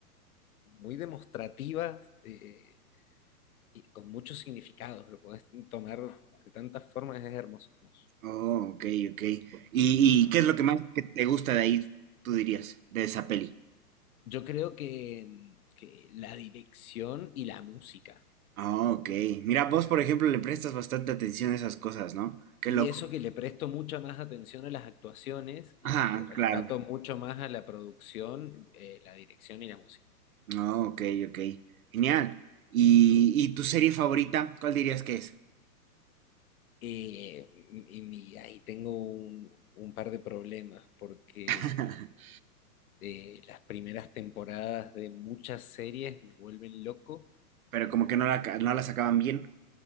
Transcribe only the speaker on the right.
Oh, ok, ok. ¿Y, y qué es lo que más que te gusta de ahí, tú dirías, de esa peli?
Ah, ok. Mira, vos, por ejemplo, le prestas bastante atención a esas cosas, ¿no? Qué
loco.
Ajá,
claro.
No, ok, ok. Genial. ¿Y, y tu serie favorita? ¿Cuál dirías que es?
<laughs>
pero como que no la, ca- no la sacaban bien.